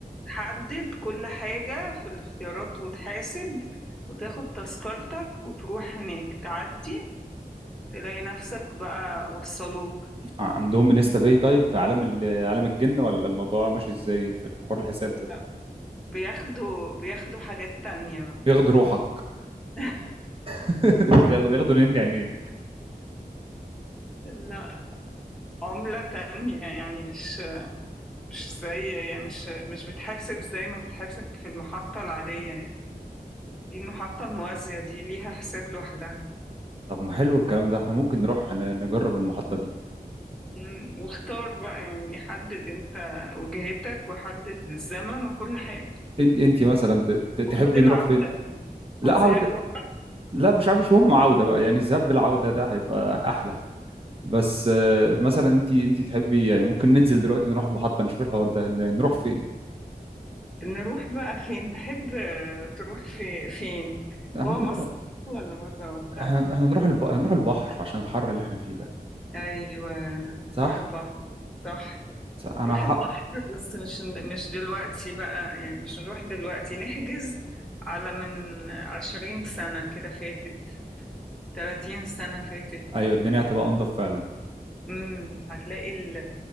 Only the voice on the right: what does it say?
عندهم انستا باي تايب في عالم ال- عالم الجن ولا الموضوع ماشي ازاي في الحوار الحساب
ده
بياخدوا روحك
<laughs> بياخدوا بياخدوا نني عينيك
طب ما حلو الكلام ده احنا ممكن نروح ن- نجرب المحطة دي
انت انت مثلا ت- ت- تحبي
نروح فين لا
عودة
لا مش عارف مش مهم عودة بقى يعني الذهاب بالعودة ده هيبقى احلى بس آه، مثلا انت انت تحبي يعني ممكن ننزل دلوقتي نروح المحطة نشوف الحوار ده ن- نروح فين
يعني
ممكن
نروح
احنا احنا نروح الب... نروح البحر عشان الحر اللي احنا فيه ده
صح
صح انا
حق
ايوه الدنيا هتبقى انضف فعلا